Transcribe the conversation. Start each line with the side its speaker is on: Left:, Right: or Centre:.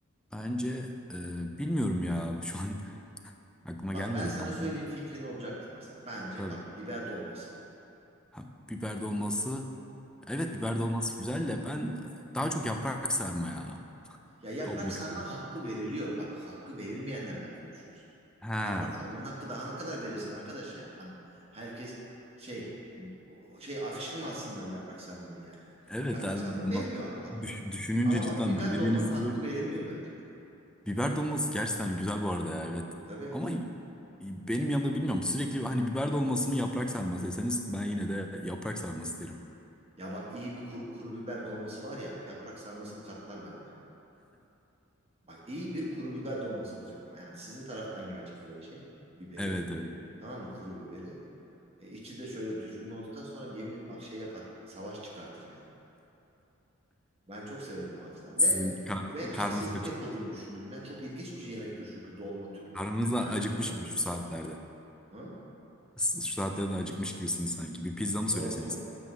Centre: bence e, bilmiyorum ya. Şu an <laughs> aklıma
Right: Bak
Centre: gelmedi
Right: ben sana
Centre: tam.
Right: söyleyeyim fikrin olacaktır mesela. Bence
Centre: Tabii.
Right: bak biber dolması.
Centre: Ha, biber dolması. Evet
Right: Evet.
Centre: biber dolması güzel de ben daha çok yaprak sarma ya.
Right: Ya yaprak
Centre: Dolma
Right: sarma
Centre: kısmı.
Right: hakkı veriliyor. Bak hakkı verilmeyenlerden konuşuyoruz.
Centre: Ha.
Right: Yaprak sarmanın hakkı daha ne kadar verirsin arkadaş yani. Hani herkes şey bu- şey afişini mi assınlar yaprak sarmanın yani.
Centre: Evet
Right: Yaprak
Centre: yani
Right: sarma
Centre: ma-
Right: veriliyor hakkı.
Centre: düş- düşününce
Right: Ama
Centre: cidden
Right: bak biber
Centre: dediğiniz
Right: dolmanın hakkı
Centre: gibi
Right: verilmiyor bence yani.
Centre: biber dolması gerçekten güzel bu arada ya evet.
Right: Tabii ya.
Centre: Ama benim yanımda bilmiyorum sürekli hani biber dolması mı yaprak sarması deseniz ben yine de yaprak sarması derim.
Right: Ya bak iyi bir kuru, kuru biber dolması var ya yaprak sarmasını katlar bende. Bak iyi bir kuru biber dolması olacak ama yani sizin taraftan gelecek böyle şey biberi.
Centre: Evet evet.
Right: Tamam mı kuru biberi? E, içi de şöyle düzgün olduktan sonra yemin bak şey yapar. Savaş çıkartır yani. Ben çok severim o açıdan.
Centre: Sizin
Right: Ve
Centre: kar-
Right: ve haksızlık
Centre: karnınız acı
Right: yapıldığını düşünürüm. Ya çok ilginç bir yemektir çünkü dolma türleri.
Centre: karnınız da
Right: Her
Centre: acıkmış
Right: türlü dolma.
Centre: gibi şu saatlerde.
Right: Ha?
Centre: Siz Şu saatlerde de acıkmış gibisiniz sanki. Bir pizza mı
Right: Çok
Centre: söyleseniz?
Right: çok.